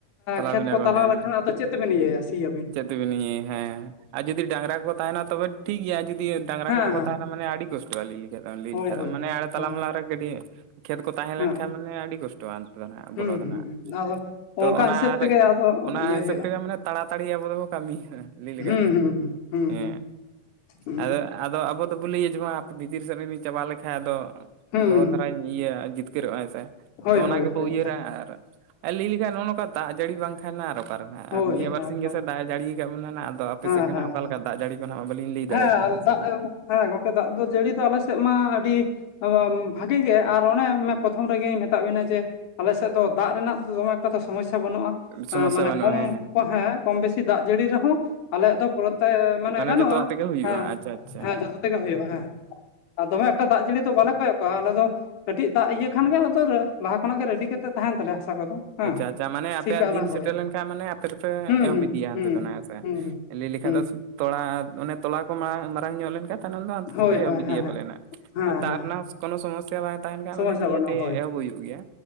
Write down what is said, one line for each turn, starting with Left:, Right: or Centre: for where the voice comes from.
Right: ᱛᱟᱞᱟᱵᱤᱱᱟ
Left: ᱠᱷᱮᱛ ᱠᱚ ᱛᱟᱞᱟ
Right: ᱦᱮᱸ
Left: ᱞᱮᱠᱷᱟᱱ
Right: ᱦᱮᱸ
Left: ᱟᱫᱚ᱾ ᱪᱮᱫ ᱛᱮᱵᱱ ᱤᱭᱟᱹ ᱭᱟ?
Right: ᱪᱮᱫ ᱛᱮᱵᱤᱱᱧ ᱦᱮᱸ᱾ ᱟᱨ ᱡᱩᱫᱤ ᱰᱟᱝᱨᱟ ᱠᱚ ᱛᱟᱦᱮᱱᱟ ᱛᱚᱵᱮ ᱴᱷᱤᱠ ᱜᱮᱭᱟ ᱡᱩᱫᱤ ᱰᱟᱝᱨᱟ
Left: ᱦᱮᱸ
Right: ᱠᱚ ᱵᱟᱠᱚ ᱛᱟᱦᱮᱱᱟ ᱢᱟᱱᱮ ᱟᱹᱰᱤ ᱠᱚᱥᱴᱚ᱾ ᱞᱤ ᱠᱷᱮᱛᱚᱢ ᱞᱤᱞᱤ
Left: ᱦᱳᱭ
Right: ᱠᱷ
Left: ᱦᱳᱭ
Right: ᱢᱟᱱᱮ
Left: ᱦᱳᱭ
Right: ᱟᱲᱮ ᱛᱞᱟ
Left: ᱦᱮᱸ
Right: ᱨᱮ ᱠᱷᱮᱛ ᱠᱚ᱾ ᱛᱟᱦᱮᱸ
Left: ᱦᱮᱸ
Right: ᱞᱮᱱᱠᱟᱱᱡ ᱢᱟᱱᱮ ᱟᱹᱰᱤ ᱠᱚᱥᱴᱚᱜᱼᱟ ᱛᱮ ᱫᱚ ᱦᱟᱸᱜ
Left: ᱦᱩᱸ
Right: ᱵᱚᱞᱚ ᱫᱚ
Left: ᱦᱩᱸ
Right: ᱦᱟᱸᱜ,
Left: ᱦᱩᱸ ᱟᱫᱚ
Right: ᱛᱚ
Left: ᱚᱱᱠᱟ
Right: ᱚᱱᱟ᱾
Left: ᱦᱤᱥᱟᱹᱵ ᱛᱮᱜᱮ ᱟᱫᱚ
Right: ᱚᱱᱟ
Left: ᱤᱭᱟᱹ
Right: ᱦᱤᱥᱟᱹᱵ
Left: ᱦᱩᱭᱩᱜᱼᱟ
Right: ᱛᱮᱜᱮ ᱢᱟᱱᱮ ᱛᱟᱲᱟ᱾ ᱥᱛᱟᱲᱤ ᱟᱵᱚ ᱫᱚᱵ ᱠᱟᱹᱢᱤᱭᱟ ᱞᱟᱹᱭ ᱞᱮᱠᱷᱟᱡ
Left: ᱦᱩᱸ
Right: ᱫᱚ
Left: ᱦᱩᱸ ᱦᱩᱸ
Right: ᱦᱮᱸ,
Left: ᱦᱩᱸ ᱦᱩᱸ
Right: ᱟᱫᱚ᱾ ᱟᱫᱚ ᱟᱵᱚ ᱫᱚᱵᱚᱱ ᱞᱟᱹᱭᱟ ᱡᱮ ᱵᱟᱝ ᱵᱷᱤᱛᱤᱨ ᱥᱮᱫᱱᱤᱧ ᱪᱟᱵᱟ ᱞᱮᱠᱷᱟᱡ ᱟᱫᱚ
Left: ᱦᱩᱸ
Right: ᱞᱚᱜᱚᱱ ᱫᱷᱟᱨᱟᱧ᱾ ᱤᱭᱟᱹ ᱡᱤᱛᱠᱟᱹᱨᱚᱜᱼᱟ ᱦᱮᱸ ᱥᱮᱮ
Left: ᱦᱳᱭ
Right: ᱛᱚ ᱚᱱᱟᱱᱟᱜ
Left: ᱦᱳᱭ
Right: ᱜᱮᱵᱚ
Left: ᱦᱳᱭ
Right: ᱩᱭᱦᱟᱹᱨᱟ
Left: ᱦᱮᱸ
Right: ᱟᱨ ᱞᱟᱹᱭ ᱞᱮᱠᱷᱟᱱᱡ ᱱᱚᱜᱼᱚ ᱱᱚᱝᱠᱟ ᱫᱟᱜ ᱡᱟᱹᱲᱤ ᱵᱟᱝᱠᱷᱟᱱ᱾ <inaudible> ᱦᱮᱸ ᱟᱨ ᱚᱠᱟᱨᱮ ᱟᱨ
Left: ᱦᱳᱭ
Right: ᱱᱤᱭᱟᱹ ᱵᱟᱨ᱾
Left: ᱦᱮᱸ
Right: ᱵᱥᱤᱱ ᱜᱮᱟᱥᱮ
Left: ᱦᱮᱸ
Right: ᱫᱟᱜ ᱮ ᱡᱟᱹᱲᱤᱭᱟ ᱟᱠᱟᱫ ᱵᱚᱱᱟᱱᱟᱜ ᱟᱫᱚ ᱟᱯ
Left: ᱦᱮᱸ
Right: ᱥᱮᱫ ᱜᱮ
Left: ᱦᱮᱸ
Right: ᱱᱟᱦᱟᱜ ᱚᱠᱟ ᱞᱮᱠᱟ ᱫᱟᱜ ᱡᱟᱹᱲᱤ ᱠᱚᱦᱱᱟᱜᱜ ᱵᱟᱟᱹᱞᱤᱧ ᱞᱟᱹᱭᱟᱲᱮᱭᱟᱜᱼᱟ
Left: ᱦᱮᱸ ᱦᱮᱸ
Right: ᱦᱟᱜᱥ
Left: ᱫᱟᱜ
Right: ᱥᱮ᱾
Left: ᱦᱮᱸ ᱜᱚᱢᱠᱮ ᱫᱟᱜ ᱫᱚ ᱡᱟᱹᱲᱤ ᱫᱚ ᱟᱞᱮ ᱥᱮᱫ ᱢᱟ ᱟᱹᱰᱤ᱾ ᱵᱷᱟᱜᱮ ᱜᱮ ᱟᱨ ᱚᱱᱮ ᱯᱨᱚᱛᱷᱚᱢ ᱨᱮᱜᱮᱧ ᱢᱮᱛᱟ ᱵᱤᱱᱟ ᱡᱮ ᱟᱞᱮ ᱥᱮᱫ ᱫᱚ ᱫᱟᱜ ᱨᱮᱱᱟᱜ ᱫᱚ ᱫᱚᱢᱮ᱾ ᱴᱟ ᱫᱚ ᱥᱚᱢᱚᱥᱥᱟ ᱵᱟᱹᱱᱩᱜᱼᱟ
Right: ᱥᱚᱢᱚᱥᱥᱟ
Left: ᱮ ᱢᱟᱱᱮ
Right: ᱵᱟᱹᱱᱩᱜᱼᱟ
Left: ᱠᱚᱢ
Right: ᱦᱮᱸ
Left: ᱠᱚ ᱦᱮᱸ ᱠᱚᱢ ᱵᱮᱥᱤ ᱫᱟᱜ ᱡᱟᱹᱲᱤ ᱨᱮᱦᱚᱸ᱾ ᱟᱞᱮᱭᱟᱜ ᱫᱚ ᱯᱚᱨᱮᱛᱮ ᱢᱟᱱᱮ ᱜᱟᱱᱚᱜᱼᱟ
Right: ᱡᱚᱛᱚᱣᱟᱜ ᱛᱮᱜᱮ ᱦᱩᱭᱩᱜᱼᱟ
Left: ᱦᱮᱸ
Right: ᱟᱪᱪᱷᱟ ᱟᱪᱪᱷᱟ
Left: ᱦᱮᱸ ᱡᱚᱛᱚ ᱛᱮᱜᱮ ᱦᱩᱭᱩᱜᱼᱟ ᱦᱮᱸ᱾ ᱟᱨ ᱫᱚᱢᱮ ᱮᱠᱴ ᱫᱟᱜ ᱡᱟᱹᱲᱤ ᱫᱚ ᱵᱟᱞᱮ ᱠᱚᱭᱚᱜ ᱠᱚᱼᱟ ᱟᱞᱮ ᱫᱚ᱾ ᱠᱟᱹᱴᱤᱡ ᱫᱟᱜ ᱤᱭᱟᱹ ᱠᱷᱟᱱ ᱜᱮ ᱟ ᱞᱟᱦᱟ ᱠᱷᱚᱱᱟᱜ ᱜᱮ ᱨᱮᱰᱤ ᱠᱟᱛᱮᱫ ᱛᱟᱦᱮᱱ ᱛᱟᱞᱮᱭᱟ ᱦᱟᱥᱟ ᱠᱚᱫᱚ᱾ ᱦᱮᱸ
Right: ᱟᱪᱪᱷᱟ ᱟᱪᱪᱷᱟ ᱢᱟᱱᱮᱯᱮᱭᱟᱜ
Left: ᱥᱤ ᱠᱟᱜᱼᱟ
Right: ᱫᱤᱱ
Left: ᱞᱟᱝ
Right: ᱥᱮᱴ
Left: ᱦᱳᱭ
Right: ᱞᱮᱱᱟᱱ᱾ ᱢᱟᱱᱮ ᱟᱯᱮ ᱫᱚᱯᱮ
Left: ᱦᱩᱸ
Right: ᱮᱦᱚᱵ
Left: ᱦᱩᱸ
Right: ᱤᱫᱤᱭᱟ ᱚᱱᱛᱮ
Left: ᱦᱩᱸ
Right: ᱫᱚ ᱱᱟ ᱦᱮᱸᱥᱮ
Left: ᱦᱩᱸ ᱦᱩᱸ
Right: ᱞᱟᱹᱭ ᱞᱮᱠᱷᱟᱱ
Left: ᱦᱩᱸ
Right: ᱫᱚ᱾ ᱛᱚᱲᱟ ᱚᱱᱮ ᱛᱚᱞᱟ ᱠᱚᱟᱝ ᱢᱟᱨᱟᱝ ᱧᱚᱜ ᱞᱮᱱᱠᱷᱟᱱ᱾ ᱟᱱᱫᱚ
Left: ᱦᱳᱭ
Right: ᱯᱮ
Left: ᱦᱳᱭ
Right: ᱵᱤᱫᱤᱭᱮ
Left: ᱦᱮᱸ ᱦᱮᱸ
Right: ᱠᱚᱟᱞᱮᱱᱟ
Left: ᱦᱮᱸ
Right: ᱟᱨ ᱫᱟᱨ
Left: ᱦᱮᱸ
Right: ᱨᱮᱱᱟᱜ ᱠᱚᱱᱳ ᱥᱚᱥᱟ ᱵᱟᱝ᱾ ᱛᱟᱦᱮᱱ ᱠᱷᱟᱡ
Left: ᱥᱚᱢᱚᱥᱥᱟ
Right: ᱢᱟᱱᱮ ᱱᱤᱭᱟᱹᱛᱮ
Left: ᱵᱟᱹᱱᱩᱜᱼᱟ ᱦᱳᱭ
Right: ᱮᱦᱚᱵ ᱦᱩᱭᱩᱜ ᱜᱮᱭᱟ